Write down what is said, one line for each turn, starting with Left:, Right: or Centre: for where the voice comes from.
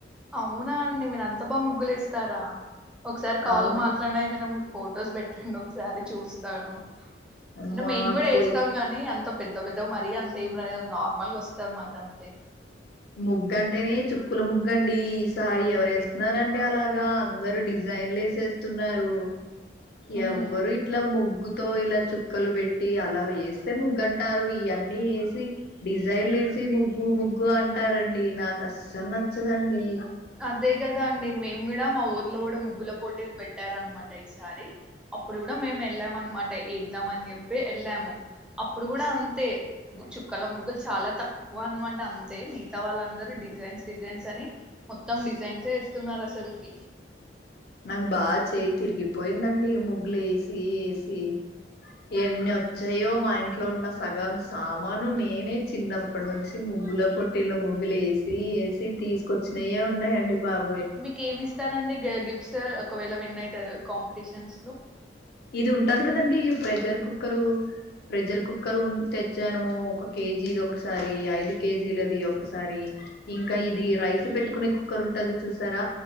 Centre: అవునా అండి మీరంత బా ముగ్గులు వేస్తారా ఒకసారి కాల్
Left: అవును
Centre: మాట్లాడినాయి కద ఫొటోస్ పెట్టండి ఒకసారి చూస్తాను
Left: అమ్మా
Centre: అంటే మేము కూడా
Left: పోయి
Centre: వేస్తాం గాని అంత పెద్ద పెద్ద మరి అంత ఏంరాదు నార్ మామూల్ గా వస్తాయ్ మాకంతే
Left: ముగ్గంటేనే చుక్కుల ముగ్గండి ఈసారి ఎవరు వేస్తున్నారండి అలాగా అందరూ డిజైన్లు వేసేస్తున్నారు
Centre: ఉమ్
Left: ఎవ్వరు ఇట్లా ముగ్గు తో ఇలా చుక్కలు పెట్టి అలా వేస్తే ముగ్గుంటారు ఇవన్నీ వేసి డిజైన్లు వేసి ముగ్గు ముగ్గు అంట్ అంటారండి నాకు అస్సలు నచ్చదండి
Centre: అదే కదా అండి మేము కూడా మా ఊర్లో కూడా ముగ్గుల పోటీలు పెట్టార అనమాట ఈసారి అప్పుడు కూడా మేము వెళ్ళాం అనమాట వద్దాం అని చెప్పి వెళ్ళాము అప్పుడు కూడా అంతే చుక్కల ముగ్గులు చాలా తక్కువ అనమాట అంతే మిగతా వాళ్ళందరూ డిజైన్స్ డిజైన్స్ అని మొత్తం డిజైన్సే వేస్తున్నారు అసలుకి
Left: నాకు బాగా చేయి తిరిగిపోయిందండి ముగ్గులు వేసి వేసి ఎన్ని వచ్చాయో మా ఇంట్లో ఉన్న సగం సామాను నేనే చిన్నప్పటి నుంచి ముగ్గుల పోటీలో ముగ్గులు వేసి వేసి తీసుకొచ్చినయే ఉన్నాయండి బాబు
Centre: మీకి ఏమిస్ ఇస్తారండి గిఫ్ట్స్ ఒకవేళ విన్ అయితే కాంపిటీషన్స్ లో
Left: ఇది ఉంటది కదండి ప్రెజర్ కుక్కరు ప్రెజర్ కుక్కర్ తెచ్చాను ఒక కేజీ ఇది ఒకసారి ఐదు కేజీలది ఒకసారి ఇంకా ఇది రైస్ పెట్టుకునే కుక్కర్ ఉంటది చూస్ ార